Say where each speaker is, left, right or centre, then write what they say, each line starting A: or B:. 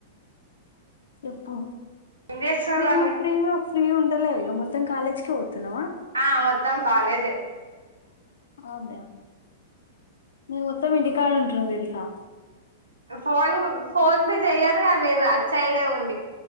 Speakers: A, on the left; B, on the right.
A: చెప్పు
B: ఏం చేస్తుర్రండి
A: ఫ్రీగా ఫ్రీగా ఫ్రీ ఉంటలే ఇగ మొత్తం కాలేజ్కి పోతున్నావా
B: ఆ మొత్తం కాలేజే
A: అవునులే నేను మొత్తం ఇంటికాడ ఉంటున్న తెలుసా
B: ఫోన్ ఫోన్ బి చెయ్యరుగా మీరు అట్సిడ్డే ఉండి